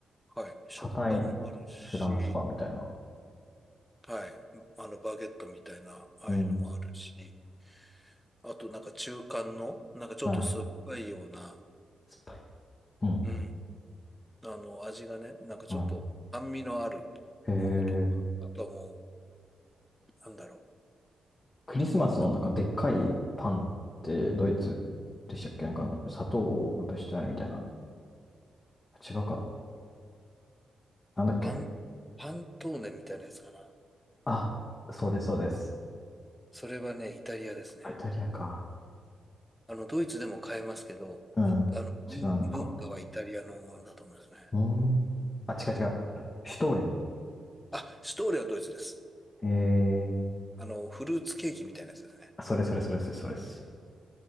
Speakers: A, in the centre; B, on the left.
A: はい。食パンもあるし、
B: 硬いフランスパンみたいな。
A: はい。あの、バゲットみたいな、ああいうのもあるし、
B: うん。
A: あとなんか中間の、なんかちょっと酸っぱいような、
B: はい。酸っぱい。うん。
A: うん。あの、味がね、なんかちょっと酸味のあるものとか、
B: はい。へえ。
A: あとはもう、なんだろ
B: クリスマスのなんかでっかいパンってドイツでしたっけなんか砂糖をまぶしてあるみたいな。
A: う。なんか
B: 違うか。なんだっけ。
A: パン、パントーネみたいなやつかな。
B: あ、そうです、そうです。
A: それはね、イタリアですね。
B: あイタリアか。
A: あの、ドイツでも買えますけど、
B: うん。
A: あ、あの、文文化はイタリアのものだと思いますね。
B: 違うのか。うーん。あ、違う違う。シュトーレン。
A: あ、シュトーレンはドイツです。
B: え
A: あの、フルーツケーキみたいなやつですね。
B: ー、それそれそれそれそれです。